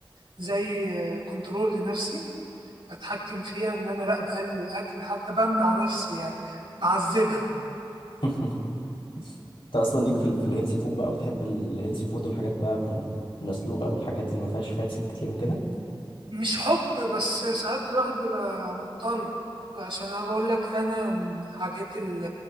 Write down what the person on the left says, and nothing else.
<laughs> انت اصلا ليك في ال- في الهيلثي فود بقى وتحب الهيلثي فود والحاجات بقى ما- المسلوقه والحاجات اللي ما فيهاش فاتس كتير وكده